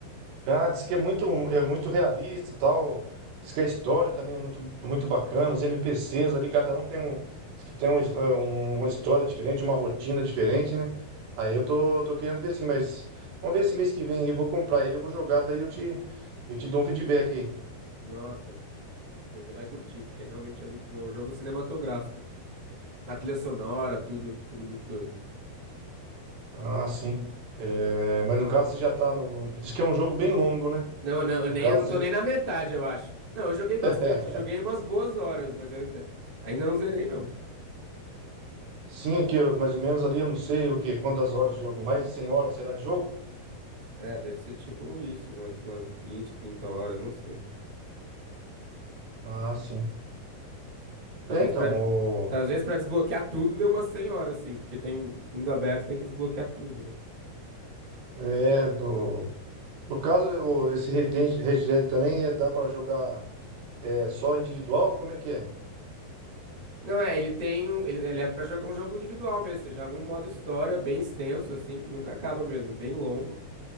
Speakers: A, on the right; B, on the right.
A: Ah, diz que é muito, é muito realista, tal. Diz que a história também é muito, muito bacana. Os NPCs ali, cada um tem um, diz que tem um, eh, um- uma história diferente, uma rotina diferente, né? Aí eu tô, tô querendo ver sim, mas vamos ver esse mês que vem aí, eu vou comprar ele, eu vou jogar, daí eu te, eu te dou um feedback aí.
B: Nossa, você vai curtir, porque realmente é muito bom. Um jogo cinematográfico. A trilha sonora, tudo, tudo muito doido.
A: Ah, sim. Eh, mas no caso você já tá no, no- diz que é um jogo bem longo, né?
B: Não, não, eu
A: No
B: nem,
A: caso,
B: eu não tô
A: você-
B: nem na metade, eu acho. Não, eu joguei bastante.
A: <laughs>
B: Joguei umas boas horas, mas eu ainda, ainda não zerei, não.
A: sim, é que eu- mais ou menos ali, eu não sei o que, quantas horas de jogo, mais de 100 horas será de jogo?
B: É, deve ser tipo isso, umas, umas 20, 30 horas, não sei.
A: Ah, sim.
B: Talvez
A: É, então,
B: pra, des- talvez
A: o,
B: pra desbloquear tudo deu umas 100 horas, assim, porque tem mundo aberto, tem que desbloquear tudo, né?
A: é do, no caso, o, esse Red Dead Red Dead também é- dá para jogar é, só individual? Como é que é?
B: Não, é, ele tem um, ele, ele é pra jogar um jogo individual mesmo, você joga um modo história bem extenso, assim, que nunca acaba mesmo, é bem longo.